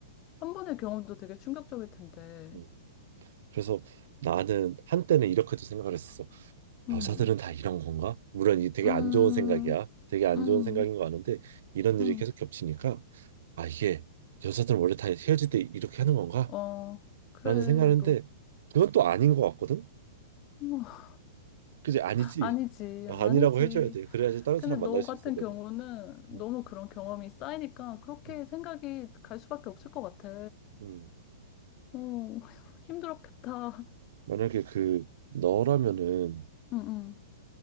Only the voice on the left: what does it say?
한 번의 경험도 되게 충격적일 텐데.
음,
음,
음,
음.
어, 그래,
너.
음
아니지,
아니지.
근데
너
같은
경우는
너무 그런 경험이 쌓이니까 그렇게
생각이 갈 수밖에 없을 것 같아.
어, <laughs> 힘들었겠다.
응, 응,